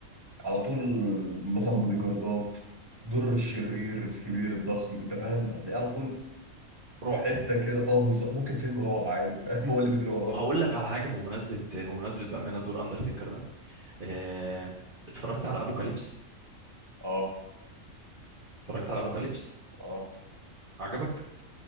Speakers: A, on the right; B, on the right.
A: على طول مثلا بودي جاردات دور الشرير الكبير الضخم انت فاهم هتلاقيه على طول
B: رعب
A: في حته كده اه بالظبط ممكن فيلم رعب عادي فاهم <laughs> هو اللي بيجري وراك
B: طب هقول لك على حاجة بمناسبة بمناسبة بأمانة دور اندرتيكر ده آه، اتفرجت على ابوكاليبس
A: اه
B: اتفرجت على ابوكاليبس
A: اه
B: عجبك